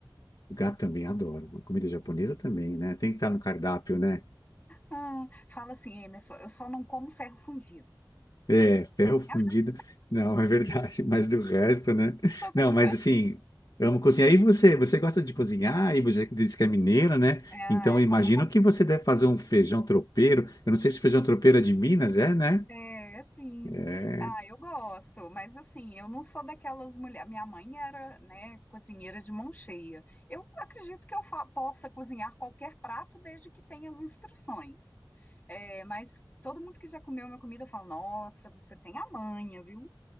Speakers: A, on the left; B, on the left.
A: Gato também adoro. Comida japonesa também, né? Tem que estar no cardápio, né?
B: Ah, fala assim, Emerson, eu só não como ferro fundido.
A: É, ferro fundido.
B: <laughs>
A: Não, <laughs> é verdade, mas do resto, né?
B: Tô brincando.
A: Não, mas assim, amo cozinhar. E você, você gosta de cozinhar? E você diz que é mineira, né?
B: É,
A: Então,
B: é
A: eu
B: como
A: imagino
B: uma
A: que você deve fazer um feijão tropeiro. Eu não sei se feijão tropeiro é de Minas, é, né?
B: É, sim.
A: É,
B: Ah, eu gosto, mas assim, eu não sou daquelas mulheres. Minha mãe era, né, cozinheira de mão cheia. Eu acredito que eu fa- possa cozinhar qualquer prato desde que tenha as instruções. É, mas todo mundo que já comeu minha comida fala: Nossa, você tem a manha, viu?